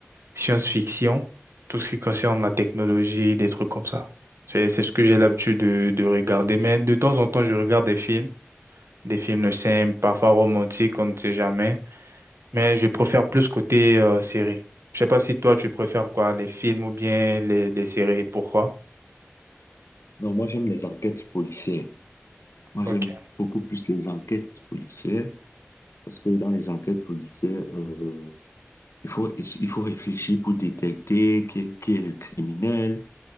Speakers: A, on the right; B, on the left.
A: science-fiction, tout ce qui concerne la technologie, des trucs comme ça. C'est, c'est ce que j'ai l'habitude de, de regarder. Mais de temps en temps, je regarde des films, des films simples, parfois romantiques, on ne sait jamais. Mais je préfère plus côté euh, série. Je sais pas si toi, tu préfères quoi, les films ou bien les, les séries. Pourquoi?
B: Non, moi j'aime les enquêtes policières. Moi
A: Ok.
B: j'aime beaucoup plus les enquêtes policières parce que dans les enquêtes policières, euh, Il faut, il faut réfléchir pour détecter qui qui est le criminel.